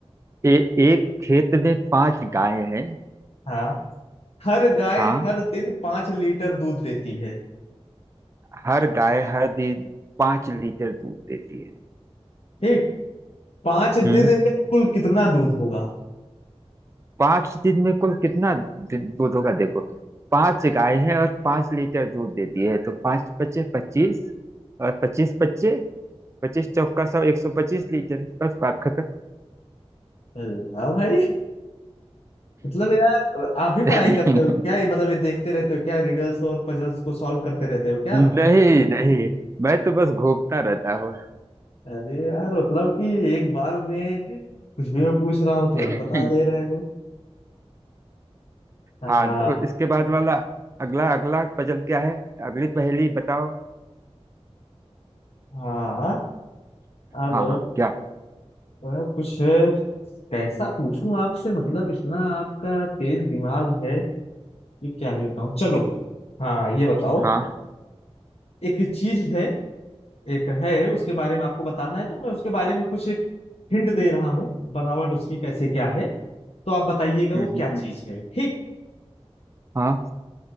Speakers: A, on the right (about 25°); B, on the left (about 70°).
A: ए, एक खेत में पांच गायें हैं
B: हाँ हर गाय
A: हाँ
B: हर दिन पांच लीटर दूध देती है
A: हर गाय हर दिन पांच लीटर दूध देती है
B: ठीक पांच दिन
A: हम्म
B: में कुल कितना दूध होगा
A: पांच दिन में कुल कितना दिन दूध होगा देखो पांच गाय हैं और पांच लीटर दूध देती है तो पांच पच्चे पच्चीस और पच्चीस पच्चे पच्चीस चौका सौ एक सौ पच्चीस लीटर बस बात खत्म
B: अरे वाह भाई मतलब यार आप भी
A: <laughs>
B: पढ़ाई करते हो क्या ये मतलब ये देखते रहते हो क्या रिडल्स और पजल्स को सॉल्व करते रहते हो क्या
A: नहीं नहीं मैं तो बस घूमता रहता हूँ
B: अरे यार मतलब कि एक बार में कुछ भी मैं पूछ रहा हूँ तुरंत
A: <laughs>
B: बता ले रहे हो हाँ
A: हाँ तो इसके बाद वाला अगला अगला पजल क्या है अगली पहेली बताओ
B: हाँ अब
A: हाँ हाँ क्या
B: मैं कुछ कैसा पूछूं आपसे मतलब इतना आपका तेज दिमाग है कि क्या ही बताऊं चलो हाँ ये बताओ
A: हाँ
B: एक चीज है एक है उसके बारे में आपको बताना है तो मैं उसके बारे में कुछ एक हिंट दे रहा हूँ बनावट उसकी कैसे क्या है तो आप बताइएगा
A: हम्म,
B: वो
A: हम्म,
B: क्या हम्म, चीज है ठीक
A: हाँ